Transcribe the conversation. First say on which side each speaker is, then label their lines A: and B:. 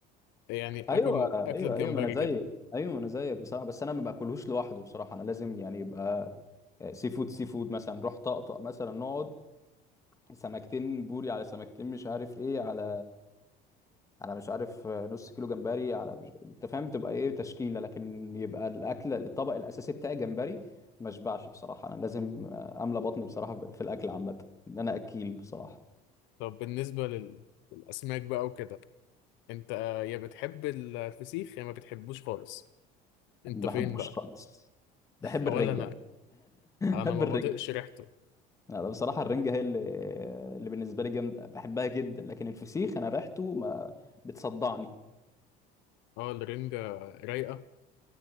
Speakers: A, on the left; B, on the left.
A: يعني اكل
B: ايوه ايوه
A: اكله جمبري
B: ايوه ما انا زيك
A: كده
B: ايوه ما انا زيك بصراحه بس انا ما باكلهوش لوحده بصراحه انا لازم يعني يبقى آه، سي فود سي فود مثلا نروح طقطق مثلا نقعد سمكتين بوري على سمكتين مش عارف ايه على على مش عارف آه، نص كيلو جمبري على مش... انت فاهم تبقى ايه تشكيله لكن يبقى الاكل الطبق الاساسي بتاعي جمبري ما اشبعش بصراحه انا لازم آه، املى بطني بصراحه في الاكل عامه ان انا اكيل بصراحه
A: طب بالنسبة لل... للأسماك بقى وكده أنت آه، يا بتحب الفسيخ يا ما بتحبوش خالص أنت
B: ما بحبوش
A: فين بقى؟
B: خالص بحب
A: <laughs> ولا
B: الرنجة
A: أنا
B: <laughs>
A: أنا
B: بحب
A: ما
B: الرنجة
A: بطيقش ريحته
B: لا لا، بصراحة الرنجة هي اللي اللي بالنسبة لي جامدة بحبها جدا لكن الفسيخ أنا ريحته ما بتصدعني
A: أه الرنجة رايقة